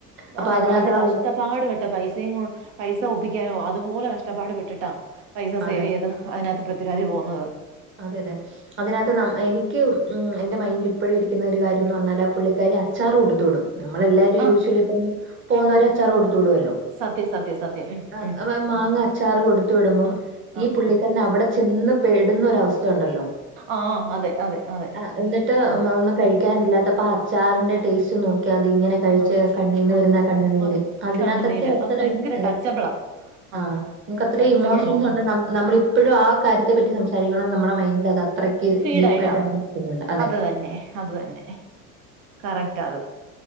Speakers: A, on the right; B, on the right.
A: അപ്പൊ
B: അതെ
A: അതിനകത്ത്
B: വളരെ
A: ആ
B: കഷ്ടപ്പാട്
A: ഉ-
B: പെട്ട പൈസയും പൈസ ഒപ്പിക്കാനോ അതുപോലെ കഷ്ടപ്പാട് പെട്ടിട്ടാ പൈസ
A: അതെ
B: സേവ് ചെയ്ത്. അതിനകത്ത് പൃഥ്വിരാജ് പോകുന്നത്.
A: അതെ അതെ അതിനകത്ത് ന എനിക്ക് എന്റെ മൈൻഡില് ഇപ്പോഴും ഇരിക്കുരിക്കുന്ന ഒരു കാര്യംന്ന് പറഞ്ഞാല് ആ പുള്ളിക്കാരി അച്ചാറ് കൊടുത്ത് വിടും. നമ്മളെ എല്ലാരും
B: ആ
A: യൂശ്വലി ഇപ്പം പോകുന്നവരെ അച്ചാറ് കൊടുത്ത് വിടുവല്ലോ?
B: സത്യം സത്യം സത്യം
A: ആ
B: ഉം
A: മാങ്ങ
B: ഉം
A: അച്ചാറ് കൊടുത്തു. വിടുമ്പം
B: ആ ആ
A: ഈ പുള്ളിക്കാരന്
B: ആ
A: അവിടെ ചെന്ന് പേടുന്നൊര വസ്ഥ ഉണ്ടല്ലോ?
B: ആ ആ അതെ അതെ അതെ
A: ആ എന്നിട്ട്
B: അതെ
A: ഒന്നും കഴിക്കാനില്ലാത്തപ്പ.
B: ആ
A: ആ അച്ചാറിന്റെ ടേസ്റ്റ് നോക്കിയ
B: ആ
A: അത് ഇങ്ങനെ കഴിച്ച്
B: ആ
A: കണ്ണീന്ന്
B: ആ
A: വരുന്ന കണ്ണണ്നീര്.
B: അതെ
A: അതിനകത്തൊക്കെ
B: കണ്ണുനീര്
A: അത്ര
B: അത് ഭയങ്കര
A: അതെ
B: ടച്ചബിളാ ആ
A: ആഹ് നമുക്ക് അത്ര
B: ടച്ചബിൾ
A: ഇമോഷൻസ്
B: മൊമെന്റ്
A: ഉണ്ട്. നമ്മള ഇപ്പോഴും ആ കാര്യത്തെ പറ്റി സംസാരിക്ക നമ്മടെ മൈൻന്റിൽ അത് അത്രയ്ക്ക്
B: ഫീഡ്
A: ഡീപ്പായിട്ട്
B: ആയിട്ടാ
A: ഇറങ്ങി നിൽക്കുന്നുണ്ട്. അതെ.
B: അത് തന്നെ അത് തന്നെ. കറക്റ്റ് അത്.